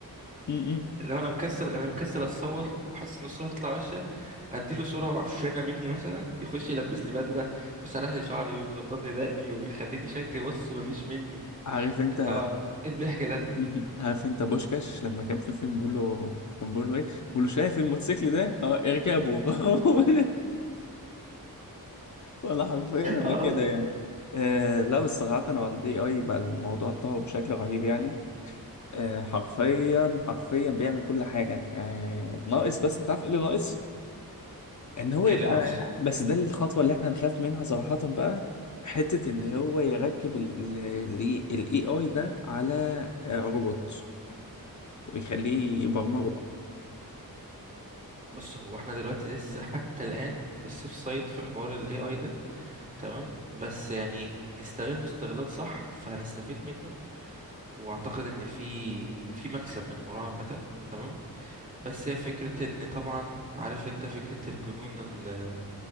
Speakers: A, on the left; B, on the right.
A: م- م.
B: اللي هو انا مكسل انا مكسل اتصور وحاسس ان الصورة تطلع وحشة اديله صورة معفنة مني مثلا يخش يلبسني بدلة ويسرح لي شعري ويظبط لي دقني ويخليني شكلي بص مفيش مني
A: عارف انت
B: اللي هو ايه الضحك ده
A: <laughs> مهم. عارف انت بوشكاش لما كان في فيلم بيقول له كان بيقول له ايه بيقول له شايف الموتوسيكل ده اه اركبه <laughs> ولا حرفيا انا
B: اه
A: كده يعني آه لا بس صراحة هو الاي اي بقى الموضوع اتطور بشكل رهيب يعني آه حرفيا حرفيا بيعمل كل حاجة يعني ناقص بس انت عارف ايه اللي ناقص ان هو
B: ايه
A: يبقى
B: اللي ناقص
A: بس ده الخطوة اللي احنا نخاف منها صراحة بقى حتة ان هو يركب الاي اي ده على آه، روبوت ويخليه يبرمجه بقى
B: بص هو احنا دلوقتي لسه حتى الان في السيف سايد في حوار الاي اي ده تمام بس يعني نستغله استغلال صح فهنستفيد منه واعتقد ان في وفي مكسب من وراه عامه تمام بس هي فكرة ان طبعا عارف انت فكرة الجنون ال-